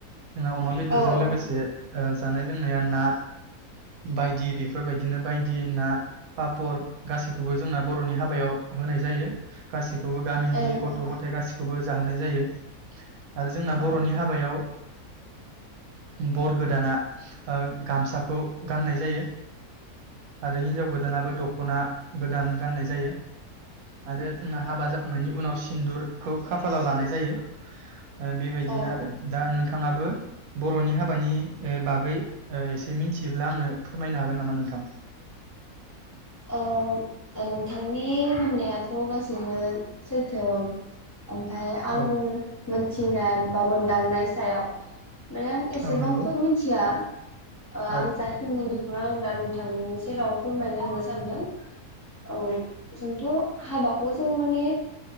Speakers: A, on the right (about 75°); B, on the left (about 25°).
A: जोंना अमा बेदरजों
B: ओं ओं
A: लोगोसे ओ जानाय लोंनाया ना बाय दि बेफोरबायदिनो बायदि ना पापर गासिखौबो जोंना बर'नि हाबायाव होनाय जायो गासि खौबो गामिनि
B: ओं
A: गथ'
B: औ
A: गासिखौबो जाहोनाय जायो आरो जोंना
B: औ
A: बर'नि हाबायाव ओ बर गोदाना ओ गामसाखौ गाननाय जायो आरो हिन्जाव गोदानाबो दख'ना गोदान गाननाय जायो आरो जोंना हाबा जाख खांनायनि उनाव सिन्दुरखौ खाफालाव लानाय जायो ओ बेबायदिनो
B: ओं औ
A: आरो दा नों थाङाबो बर'नि हाबानि ओ बागै ओ एसे मिथियोब्ला आंनो फोरमायनो हागोन नामा नोंथां?
B: ओ नोंथांनि होननायाथ' गासैनो सैथो ओं ओमफाय आं
A: औ
B: मोनथिनान बा मोन दांनाय सायाव माने आं एसेबांथ'
A: औ नंगौ
B: मिथिया ओ
A: औ
B: आं जा खिनि बै खौनो आं दा नोंथांनि सेराव फोरमायनो होनना सान्दों औ जोंथ' हाबाखौ जोङो माने